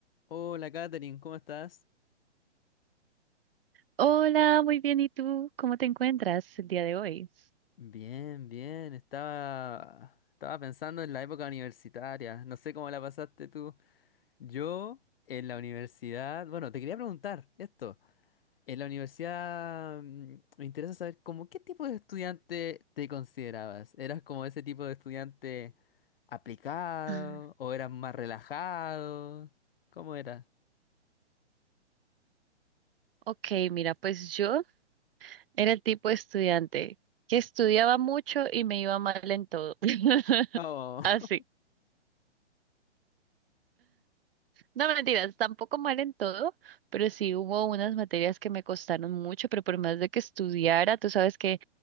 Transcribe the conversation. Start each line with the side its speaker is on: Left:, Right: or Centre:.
Left: Hola Katherine, ¿cómo estás?
Right: Hola, muy bien. ¿Y tú? ¿Cómo te encuentras el día de hoy?
Left: Bien, bien, estaba, estaba pensando en la época universitaria, no sé cómo la pasaste tú. Yo en la universidad, bueno, te quería preguntar esto, en la universidad mm, me interesa saber como qué tipo de estudiante te considerabas, ¿eras como ese tipo de estudiante aplicado
Right: Mm,
Left: o eras más relajado? ¿Cómo era?
Right: Ok, mira, pues yo era el tipo de estudiante que estudiaba mucho y me iba mal en todo. <laughs>
Left: Oh,
Right: Así.
Left: <laughs>
Right: No mentiras, tampoco mal en todo, pero sí hubo unas materias que me costaron mucho, pero por más de que estudiara, tú sabes que,